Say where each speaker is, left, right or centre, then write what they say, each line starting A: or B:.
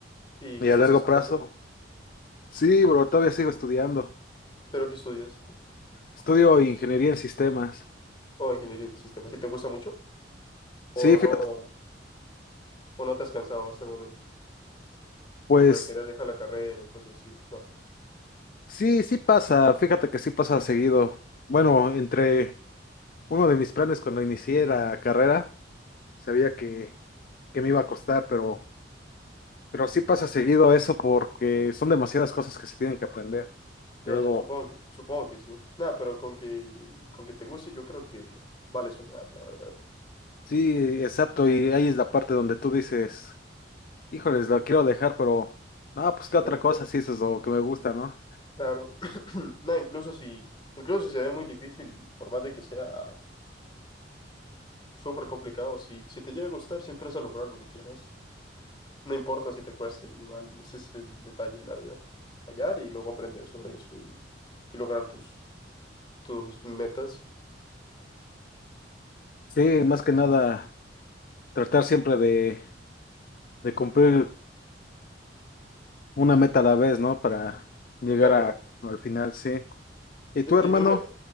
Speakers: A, on the left; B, on the left.
A: y
B: Y
A: que estás
B: a largo
A: estudiando,
B: plazo. Sí, bro, todavía sigo estudiando.
A: pero que estudias
B: Estudio ingeniería en sistemas.
A: o ingeniería de sistemas, si te gusta mucho o
B: Sí, fíjate,
A: no o no te has cansado hasta el momento,
B: pues
A: tipo de querer dejar la carrera y cosas así. No,
B: sí, sí pasa, fíjate que sí pasa seguido. Bueno, entre Uno de mis planes cuando inicié la carrera, sabía que, que me iba a costar, pero, pero sí pasa seguido eso porque son demasiadas cosas que se tienen que aprender.
A: ya,
B: Y luego,
A: ya, supongo que, supongo que sí. Nada, pero con que con que te guste, yo creo que vale soñar, la verdad.
B: sí, exacto, y ahí es la parte donde tú dices, híjoles, lo quiero dejar, pero no, pues qué
A: Pero
B: otra cosa, sí, eso es lo que me gusta, ¿no?
A: claro, <clears throat> nada, incluso si incluso si se ve muy difícil, por más de que sea súper complicado, si si te llega a gustar, siempre vas a lograr lo que quieras. No importa si te cueste, igual ese es el detalle de la vida. Fallar y luego aprender sobre eso y, y lograr tus, tus metas.
B: Sí, más que nada, tratar siempre de, de cumplir una meta a la vez, ¿no? Para llegar
A: Claro.
B: a- al final, sí. ¿Y tú,
A: De- de-
B: hermano?
A: de una-